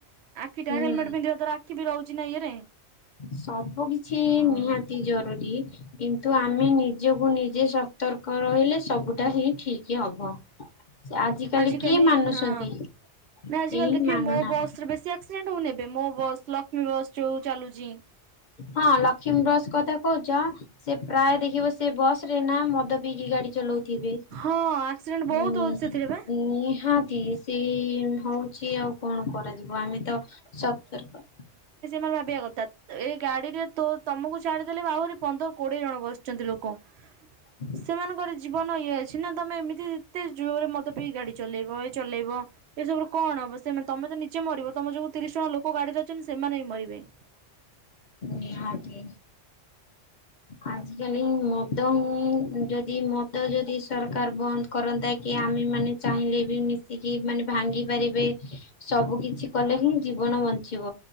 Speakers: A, on the right; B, on the left.
A: କିଟା
B: ହୁଁ
A: ହେଲମେଟ ପିନ୍ଧିବା ଦ୍ଵାରା ଆଖି ବି ରହୁଛି ନା ଇଏରେ।
B: ସବୁ କିଛି
A: ହଁ।
B: ନିହାତି ଜରୁରୀ କିନ୍ ତୁ ଆମେ ନିଜକୁ ନିଜେ ସତର୍କ ରହିଲେ ସବୁଟା ହିଁ ଠିକି ହବ। ଆଜିକାଲି
A: ଆଜିିକାଲି
B: କିଏ ମାନୁଛନ୍ତି
A: ହଁ ଆଜିିକାଲି
B: କେହି
A: ଦେଖିବେ
B: ମାନୁନାହାନ୍ତି।
A: ମୋ ବସ୍ରେ ବେଶୀ ଆକ୍ସିଡେଣ୍ଟ୍ ହୋଉନି ଏବେ ମୋ ବସ୍ ଲକ୍ଷ୍ମୀ ବସ୍ ଯୋଉ ଚାଲୁଛି।
B: ହଁ ଲକ୍ଷ୍ମୀ ବସ୍ କଥା କହୁଛି ସେ ପ୍ରାୟ ଦେଖିବ ସେ ବସ୍ ରେ ନା ମଦ ପିଇକି ଗାଡ଼ି ଚଲଉଥିବେ।
A: ହଁ ଆକ୍ସିଡେଣ୍ଟ ବହୁତ
B: ଉଁ
A: ହେଉଛି ସେଥିରେ ବା।
B: ନିହାତି ତିରିଶ ହଉଛି ଆଉ କଣ କରାଯିବ ଆମେ ତ ସତର୍କ
A: ତ ଭାବିବା କଥା ଏଇ ଗାଡ଼ିରେ ତୋ ତମକୁ ଛାଡିଦେଲେ ବି ଆହୁରି ପନ୍ଦର କୋଡିଏ ଜଣ ବସିଛନ୍ତି ଲୋକ।
B: ହୁଁ
A: ସେମାନଙ୍କର ଜୀବନ ଇଏ ଅଛି ନା ତୁମେ ଏମିତି ଏତେ ଜୋରରେ ମଦ ପିଇ ଗାଡ଼ି ଚଲେଇବ ଏ ଚଲେଇବ। ଏସବୁ କଣ ହବ ସେ ତମେ ତ ନିଜେ ମରିବ ତମ ଯୋଉ ତିରିଶ ଜଣ ଲୋକ ଗାଡିରେ ଅଛନ୍ତି ସେମାନେ ବି ମରିବେ।
B: ନିହାତି ଆଜି କାଲି ମଦ ହିଁ ଯଦି ମ ଦ ଯଦି ସରକାର ବନ୍ଦ କରନ୍ତା କି ଆମ୍ ଆମେ ମାନେ ଚାହିଁଲେ ବି ମିଶିକି ମାନେ ଭାଙ୍ଗି ପାରିବେ। ସବୁ କିିଛି କଲେ ହିଁ ଜୀବନ ବଞ୍ଚିବ।